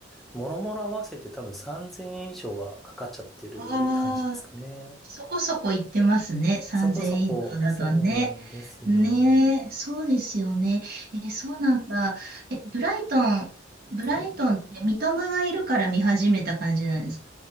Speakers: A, in the centre; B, on the right.
A: もろもろ合わせて多分3000円以上はかかっちゃってる感じですかね。
B: ああ、そこそこ行ってますね。3000円以上だとね。
A: そこそこ、そうなんですよ。
B: ねえ、そうですよね。え、そうなんだ。え、ブライトン、ブライトンって三笘がいるから見始めた感じなんですか
A: はい。